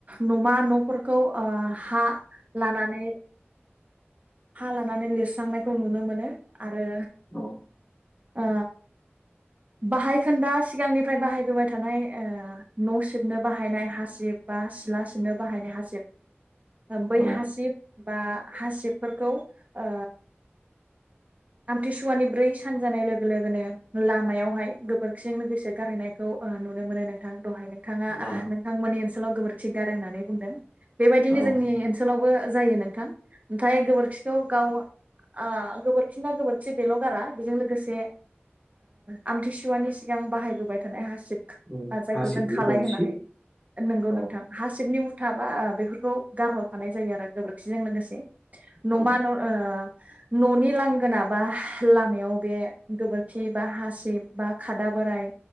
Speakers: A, on the right; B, on the left.
A: न'मा न'फोरखौ ओ हा लानानै हा लानानै लिरस्रांनायखौ नुनो मोनो आरो
B: औ
A: ओ बाहायखोन्दा सिगांनिफ्राय बाहायबोबाय थानाय ओ न' सिबनो बाहायनाय हासिब बा सिला सिबनो बाहायनाय हासिब बै
B: औ
A: हासिब बा हासिबफोरखौ ओ आमथिसुवानि ब्रै सानजानाय लोगो लोगोनो लामायावहाय गोबोरखिजों लोगोसे गारहैनायखौ ओ नुनो मोनो नोंथां दहाय नोंथाङा
B: औ
A: ओ नोंथांमोननि ओनसोलाव गोबोर थिगार होननानै बुंदों बेबायदिनो
B: औ
A: जोंनि ओनसोलावबो जायो नोंथां ओमथाय गोबोरखिखौ गाव ओ गोबोरखिना गोबोरखि दबेल'गारा बेजों लोगोसे आमथिसुवानि सिगां बाहायबोबाय थानाय हास
B: उम
A: हाब जायखौ
B: हासिबनि
A: जों खालाय
B: गनसि
A: होननानै नोंगौ
B: औ
A: नोंथां हासिबनि थाबा बेफोरखौ गारहरखानाय जायो आरो गोबोरखिजों लोगोसे न'मा
B: औ
A: न ओ न'नि लांगोना बा लामाया आव‌ बे गोबोरखि बा हासिब बा खादा बोराय